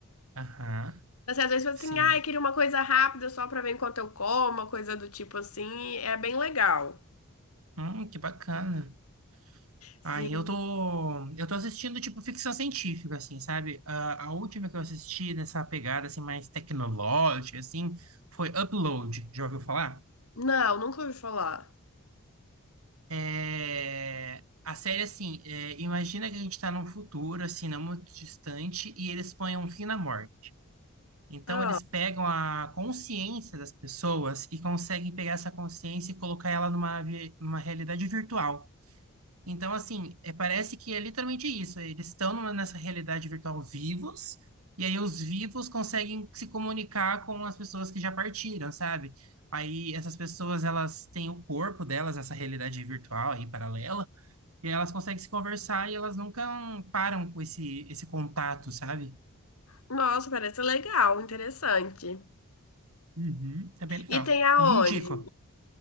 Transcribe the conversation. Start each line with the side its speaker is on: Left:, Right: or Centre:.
Right: Aham,
Left: Você às vezes fala
Right: sim.
Left: assim, ah, queria uma coisa rápida só pra ver enquanto eu como, uma coisa do tipo assim. É bem legal.
Right: Hum, que bacana.
Left: Sim.
Right: Aí eu tô, eu tô assistindo, tipo, ficção científica, assim, sabe? A, a última que eu assisti nessa pegada, assim, mais tecnológica, assim, foi Upload. Já ouviu falar?
Left: Não, nunca ouvi falar.
Right: É... A série, assim, é, imagina que a gente tá num futuro, assim, não muito distante, e eles põem um fim na morte. Então,
Left: Ah.
Right: eles pegam a consciência das pessoas e conseguem pegar essa consciência e colocar ela numa, vi- numa realidade virtual. Então, assim, é, parece que é literalmente isso. Eles estão numa- nessa realidade virtual vivos, e aí os vivos conseguem se comunicar com as pessoas que já partiram, sabe? Aí essas pessoas, elas têm o corpo delas, essa realidade virtual aí paralela, e elas conseguem se conversar e elas nunca param com esse, esse contato, sabe?
Left: Nossa, parece legal, interessante.
Right: Uhum. É bem legal.
Left: E tem aonde?
Right: Indico.